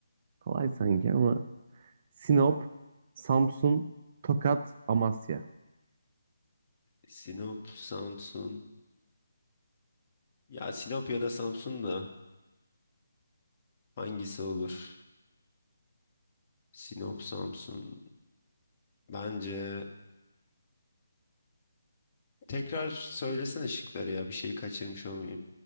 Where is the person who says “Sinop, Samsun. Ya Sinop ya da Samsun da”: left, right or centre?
Left